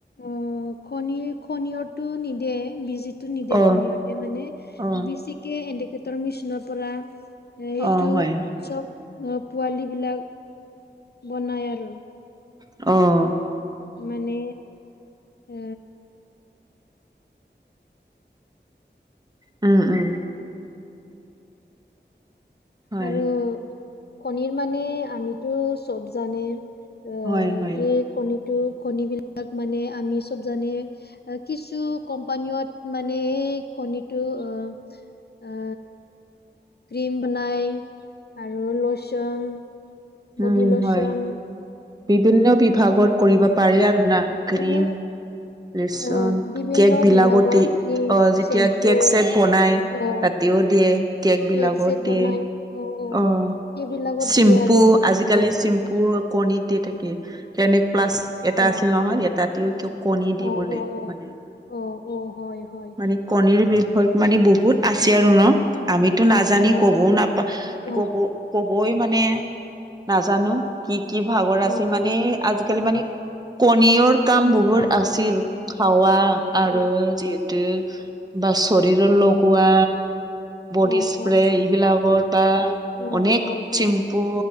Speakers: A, on the left; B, on the right.
A: অ' কণী কণীয়টো নিদিয়ে, বিজিতো নিদিয়ে
B: অ
A: কণীয়তে মানে
B: অ
A: বেছিকে এণ্ডিকেটৰ মেচিনৰ পৰা এইটো
B: অ হয়
A: চব। <unintelligible> অ' পোৱালিবিলাক বনায় আৰু।
B: অ',
A: মানে আ,
B: আ, আ, আ। হয়
A: আৰু কণীৰ মানে, আমিতো চব জানো অ',
B: হয় হয়
A: এই কণীটো কণীবিলাক মানে আমি চব জানো কিছু কোম্পানীত মানে এই কণীটো অ' আ, ক্ৰীম বনাই আৰু লোচন বডিলোচন
B: উম হয় বিভিন্ন বিভাগত কৰিব পাৰি আৰু না ক্ৰীম
A: এনে
B: ৰেচন
A: অ' বিভিন্ন
B: কেকবিলাকত
A: বিভাগত
B: দি অ',
A: ক্ৰীম,
B: যেতিয়া
A: চেম্পু
B: কেক-চেক বনাই
A: অ'
B: ৰাতিও দিয়ে, কেকবিলাকত
A: কেক চেক বনাই
B: দিয়ে
A: অ'
B: অ'
A: এইবিলাকত
B: চিম্পু
A: দিয়ে আৰু
B: আজিকালি চিম্পুও কণী দিয়া থাকে ক্লিনিক প্লাচ এটা
A: অ'
B: আছিল নহয় এটা <unintelligible> কণী দি
A: অ'
B: বোলে
A: অ'
B: বনাই।
A: অ' অ', হয়। হয়
B: মানে
A: হয়
B: কণীৰ বিষয়ত মানে বহুত আছে আৰু ন আমিতো নাজানো
A: অ'
B: ক'বও
A: আছিল
B: নাপা
A: অ'
B: ক'ব ক'বই মানে নাজানো কি, কি ভাগৰ আছে
A: অ'
B: মানে,
A: হয় হয়
B: আজিকালি মানে কণীৰো কাম বহুত আছিল খোৱা
A: হয়
B: আৰু <unintelligible> বা শৰীৰত লগোৱা
A: অ'
B: বডিস্প্ৰে,
A: অ'
B: এইবিলাকৰ বা
A: অ'
B: অনেক
A: হয় হয়
B: চিম্পু